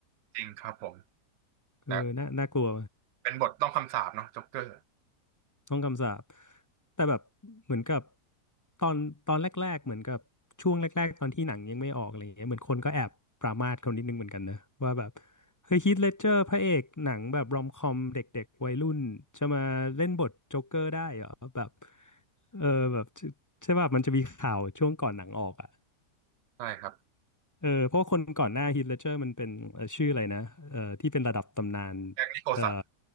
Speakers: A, on the right (about 85°); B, on the left (about 20°).
A: จริงครับผม
B: เออน่าน่ากลัว
A: นะเป็นบทต้องคำสาปเนาะจ็อกเกอร์
B: ช่องคำสาปแต่แบบเหมือนกับตอนตอนแรกๆเหมือนกับช่วงแรกๆตอนที่หนังยังไม่ออกอะไรอย่างเงี้ยเหมือนคนก็แอบปรามาสเขานิดนึงเหมือนกันนะว่าแบบเฮ้ยฮีทเลดเจอร์พระเอกหนังแบบรอมคอมเด็กๆวัยรุ่นจะมาเล่นบทโจ๊กเกอร์ได้เหรอแบบเออแบบใช่ใช่ป่ะมันจะมีข่าวช่วงก่อนหนังออกอ่ะ
A: ใช่ครับ
B: เออเพราะว่าคนก่อนหน้าฮีทเลดเจอร์มันเป็นเอ่อชื่ออะไรนะเออที่เป็นระดับตำนาน
A: แจ็คนิโคลสัน
B: เออ